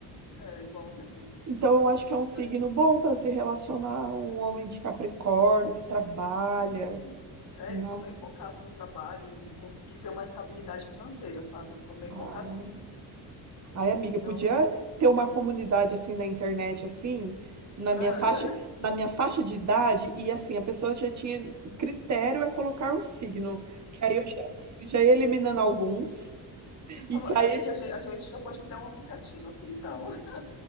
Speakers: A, on the left; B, on the right.
A: É igual o meu.
B: Então, eu acho
A: Ele fica.
B: que é um signo bom para se relacionar um homem de Capricórnio que trabalha,
A: Uhum. É,
B: né?
A: eles são bem focados no trabalho, em, em conseguir ter uma estabilidade financeira, sabe? Eles são bem
B: Ah.
A: focados nisso.
B: Ai, amiga,
A: Então,
B: podia ter uma comunidade assim na internet, assim, na minha
A: ah,
B: faixa, na minha faixa de idade, e assim, a pessoa já tinha, o critério é colocar um signo, que aí eu já, já ia eliminando alguns,
A: <laughs>
B: e já
A: aí
B: ia,
A: a gente, a gente já pode criar um aplicativo assim, então. <laughs>